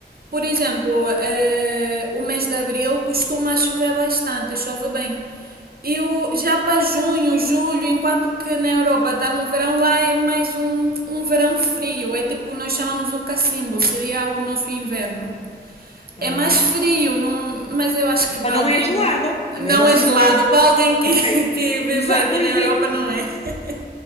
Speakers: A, on the right; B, on the left.
A: Por exemplo, eh, o mês de abril costuma chover bastante, chove bem. E o, já para junho, julho, enquanto que na Europa está no verão, lá é mais um, um verão frio, é tipo, nós chamamos o cacimbo, seria o nosso inverno.
B: Ah.
A: É mais frio, não- mas eu acho que
B: Mas
A: para
B: não
A: alguém
B: é gelado, mesmo
A: não
B: assim
A: é gelado,
B: não é.
A: para alguém que,
B: Ok.
A: <laughs> que vive
B: Exato,
A: aqui
B: não
A: na
B: existe.
A: Europa não é. <laughs>